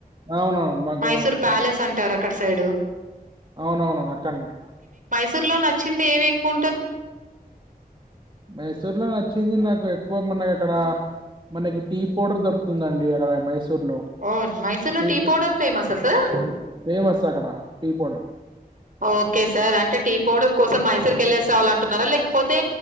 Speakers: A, on the right; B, on the right.
A: అవునవును మాకు
B: మైసూర్ ప్యాలెస్ అంటారు అక్కడ సైడు
A: అవునవును అక్కన్నే
B: సార్ లో నచ్చింది ఏవి ఎక్కువ
A: మైసూర్ లో నచ్చ వచ్చింది నాకు ఎక్కువ మనకి అక్కడ మనకి టీ పౌడర్ దొరుకుతుంది అండి అక్కడ మై మైసూర్లో
B: ఓ మైసూర్ లో
A: టీ
B: పౌడర్ ఫేమసా సార్
A: ఫేమస్ అక్కడ టీ పౌడర్
B: ఓకే సార్ అంటే టీ పౌడర్ కోసం మైసూర్ కి వెళ్ళేస్ కావాలంటున్నారా లేకపోతే